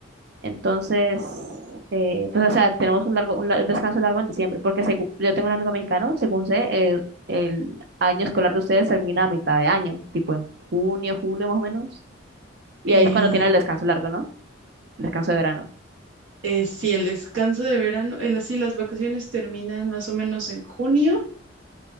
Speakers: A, on the right; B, on the right.
A: Entonces, eh, pues, o sea, tenemos un largo, un, la- un descanso largo en diciembre, porque segu- yo tengo un amigo mexicano, según sé, eh, el año escolar de ustedes termina a mitad de año, tipo en junio, julio más o menos, y
B: Eh,
A: ahí es cuando tiene el descanso largo, ¿no? El descanso de verano.
B: eh, sí, el descanso de verano, el, sí, las vacaciones terminan más o menos en junio